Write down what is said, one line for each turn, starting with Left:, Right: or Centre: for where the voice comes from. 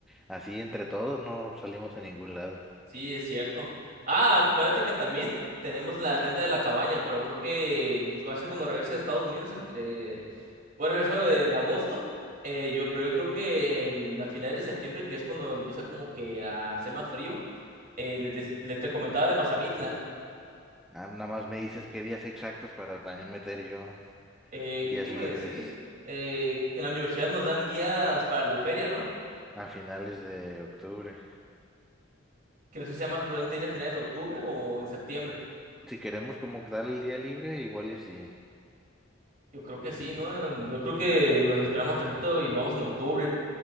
Centre: así entre todos no salimos a ningún lado.
Right: Sí, es cierto. Ah, acuérdate que también tenemos la renta de la cabaña, pero creo que va a ser cuando regrese de Estados Unidos entre... Voy a regresar en agosto, eh, yo, pero yo creo que en- a finales de septiembre, que es cuando empieza como que a hacer más frío, eh, les des- les te comentaba de Mazamitla.
Centre: Ah, nada más me dices qué días exactos para también meter yo
Right: Eh,
Centre: días
Right: ¿qué te iba
Centre: libres
Right: a decir? Eh, en la universidad nos dan días para la feria, ¿no?
Centre: a finales de octubre.
Right: Que no sé si sea más prudente ir a finales de octubre o en septiembre.
Centre: Si queremos como dar el día libre, igual y sí.
Right: Yo creo que sí, ¿no? Yo creo que nos esperamos tantito y nos vamos en octubre.